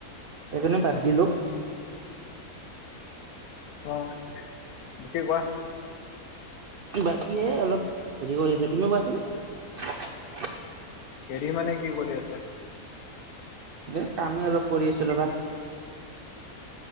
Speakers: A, on the right; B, on the left.
A: সেইকাৰণে বাদ দিলো।
B: বাকী কোৱা?
A: বাকী এ অলপ হেৰি কৰি আছো। তুমি কোৱাচোন?
B: হেৰি মানে কি কৰি আছা?
A: এ কামেই অলপ কৰি আছো ৰবা।